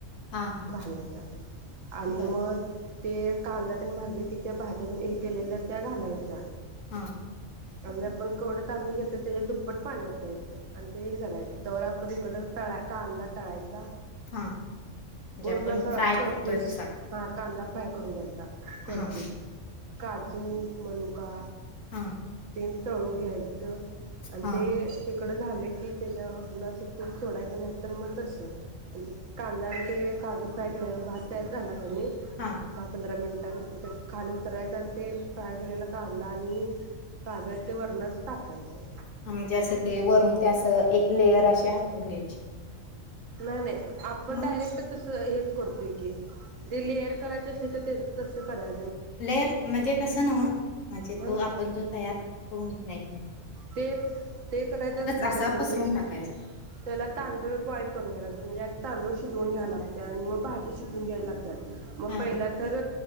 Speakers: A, on the left (about 80°); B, on the right (about 80°).
A: हां, हां.
B: घालायचा आणि
A: बरं.
B: मग ते कांदा तने भाजले की त्या भाज्या मी हे केलेल्या त्या घालायच्या
A: हा
B: आम्ही आपण केवडं तांदळ घेतोय त्याच्या दुप्प पट पाणि वतायच आणि ते करायच तवर आपण इकडं तळा कांदा तळायचा
A: हां. म्हणजे
B: पूर्ण
A: आपण
B: अस
A: फ्राय
B: कर्पूस
A: करतोय तसा?
B: हा कांदा फ्राय करून घ्यायचा कर्पूस
A: हां,
B: काजू मनुका
A: हां,
B: तेन तळून घ्यायचं आणि
A: हां,
B: ते तिकड झाले की त्याच्यावरन तूप सोडायचं नाही तर मग तस आणि ते कांदा आणि ते काजू फ्राय केल्याल भात त्यात घाला आणि
A: हां.
B: दहा पंधरा मिनट खाली उतरायचं आणि ते फ्राय केलेला कांदा आणि काजू ते वरणच अस टाकायचं.
A: म्हणजे असं ते वरून ते असं एक लेयर अशी हातरून घ्यायची.
B: नाही नाही आपण
A: मग
B: डायरेक्ट तसं हे करतोय की. ते लेअर करायचे असले तर तस करा
A: लेअर म्हणजे तस न्हव, म्हणजे
B: ह
A: तो आपण जो तयार करून नाइ
B: ते ते करायचं असल
A: असा
B: तर कनी,
A: पसरून टाकायचा.
B: त्याला तांदूळ बॉईल करून घेयला लागत्यात. म्हणजे आ तांदूळ शिजवून घ्या लागत्या आणि मग भाजी शिजवून घ्यायला लागत्या. मग
A: हा
B: पहिला
A: हा
B: तर